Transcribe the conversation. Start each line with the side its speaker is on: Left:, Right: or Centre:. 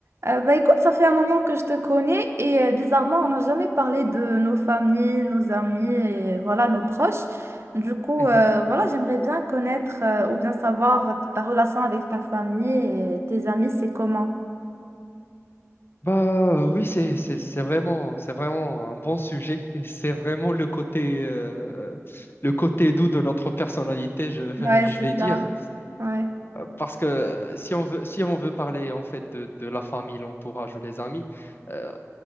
Right: Euh, bah écoute, ça fait un moment que je te connais et euh, bizarrement, on n'a jamais parlé de nos familles, nos amis et voilà, nos proches. Du coup,
Left: Mhm.
Right: euh, voilà, j'aimerais bien connaître euh, ou bien savoir ta relation avec ta famille et tes amis, c'est comment?
Left: Bah euh, oui, c'est c'est c'est vraiment c'est vraiment un bon sujet et c'est vraiment le côté euh, le côté doux de notre personnalité, je, <laughs>
Right: Ouais,
Left: je
Right: c'est
Left: vais
Right: ça.
Left: dire.
Right: Ouais.
Left: Parce que euh, si on veut si on veut parler en fait de, de la famille, l'entourage ou les amis, euh,